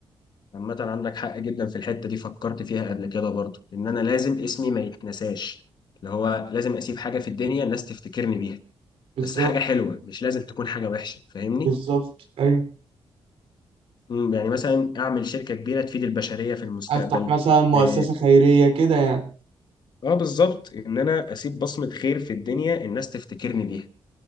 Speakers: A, on the left; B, on the right.
A: عامة عندك حق جدا في الحتة دي فكرت فيها قبل كده برضه إن أنا لازم اسمي ما يتنساش اللي هو لازم أسيب حاجة في الدنيا الناس تفتكرني بيها
B: بالظبط
A: بس حاجة حلوة مش لازم تكون حاجة وحشة فاهمني؟
B: بالظبط ايوه
A: مم، يعني مثلا أعمل شركة كبيرة تفيد البشرية في المستقبل
B: افتح مثلا مؤسسه
A: آه
B: خيريه كده يعني
A: آه، بالظبط إن أنا أسيب بصمة خير في الدنيا الناس تفتكرني بيها